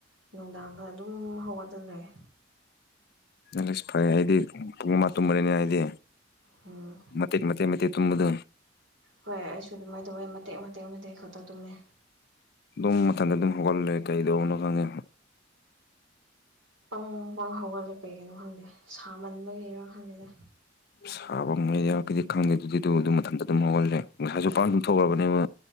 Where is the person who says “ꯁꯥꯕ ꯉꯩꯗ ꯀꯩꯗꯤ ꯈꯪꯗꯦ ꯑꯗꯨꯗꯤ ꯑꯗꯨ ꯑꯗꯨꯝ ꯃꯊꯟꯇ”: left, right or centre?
Left